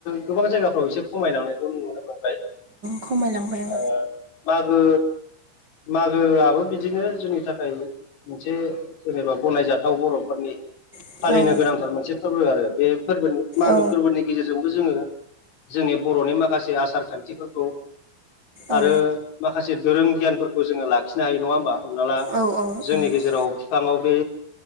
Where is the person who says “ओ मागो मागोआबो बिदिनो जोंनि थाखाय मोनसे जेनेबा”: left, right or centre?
Left